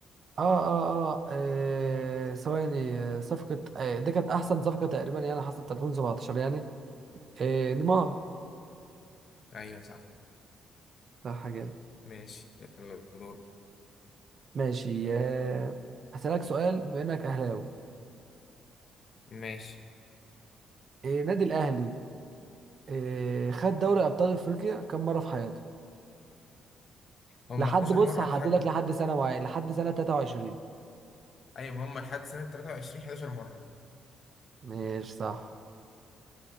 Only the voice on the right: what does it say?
اه اه اه آه، ثواني آه، صفقة آه دي كانت أحسن صفقة تقريبا يعني حصلت 2017 يعني آه نيمار
لا حاجة دي.
ماشي آه هسألك سؤال بما إنك أهلاوي
آه نادي الأهلي آه خد دوري أبطال أفريقيا كم مرة في حياته؟
لحد
بص
هحددلك
لحد سنة معينة لحد سنة 23
ماشي صح